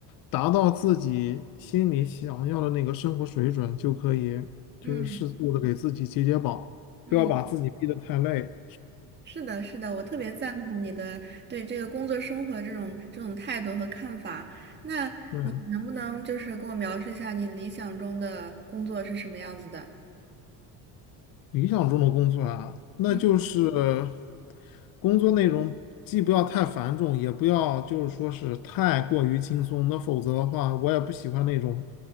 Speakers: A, on the left; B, on the right.
A: 达到自己心里想要的那个生活水准，就可以就是适度的给自己解解绑，
B: 嗯嗯，
A: 不要把自己逼得太累。
B: 是的，是的，我特别赞同你的对这个工作生活这种这种态度和看法。那你能不能就是给我描述一下你理想中的工作是什么样子的？
A: 对，理想中的工作啊，那就是
B: 嗯
A: 工作内容既不要太繁重，也不要就是说是太过于轻松。那否则的话，我也不喜欢那种